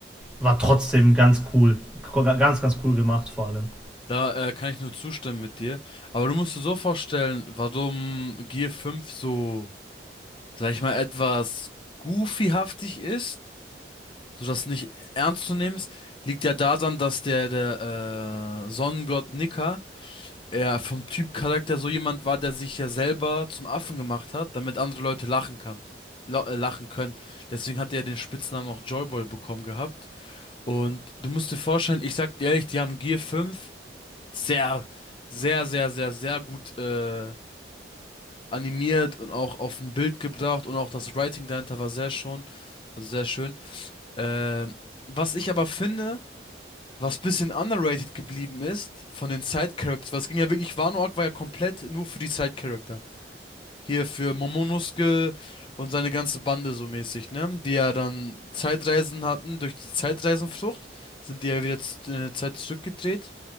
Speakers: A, in the centre; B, on the left.
A: war trotzdem ganz cool. Ganz, ganz cool gemacht vor allem.
B: Da äh, kann ich nur zustimmen mit dir. Aber du musst dir so vorstellen, warum Gear fünf so, sag ich mal, etwas goofyhaftig ist, sodass nicht ernst zu nehmen ist, liegt ja daran, dass der, der äh, Sonnengott Nika er vom Typ Charakter so jemand war, der sich ja selber zum Affen gemacht hat, damit andere Leute lachen kann, la- äh, lachen können. Deswegen hat er den Spitznamen auch Joyboy bekommen gehabt. Und du musst dir vorstellen, ich sag dir ehrlich, die haben Gear fünf sehr, sehr, sehr, sehr, sehr gut äh, animiert und auch auf ein Bild gebracht und auch das Writing dahinter war sehr schon, also sehr schön. Ähm, was ich aber finde, was bisschen underrated geblieben ist von den Side-Characters, was ging ja wirklich, Wano Arc war ja komplett nur für die Side-Character. Hier für Momonosuke und seine ganze Bande so mäßig, ne? Die ja dann Zeitreisen hatten. Durch die Zeitreisenfrucht sind die ja wieder z- in der Zeit zurückgedreht.